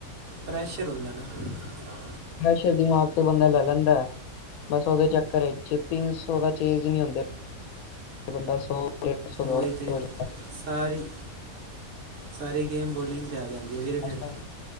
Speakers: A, on the right; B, on the left.
A: ਪ੍ਰੈਸ਼ਰ ਹੁੰਦਾ ਏ ਨਾ ਫਿਰ ਤਾਂ
B: ਪ੍ਰੈਸ਼ਰ ਦੀਮਾਗ ਤੇ ਬੰਦਾ ਲੈ ਲੈਂਦਾ। ਬਸ ਓਦੇ ਚੱਕਰ ਚ ਤਿੰਨ ਸੋ ਦਾ ਚੇਜ ਨੀ ਹੁੰਦੇ, ਬੰਦਾ ਸੌ ਡੇਢ ਸੌ ਹੋਰ
A: ਓਈ ਤੇ
B: ਹੋ ਜਾ
A: ਸਾਰੀ, ਸਾਰੀ ਗੇਮ ਬੋਲਿੰਗ ਤੇ ਆ ਜਾਂਦੀ ਐ ਵੀਰੇ ਫੇਰ।
B: ਅੱਜ ਕੱਲ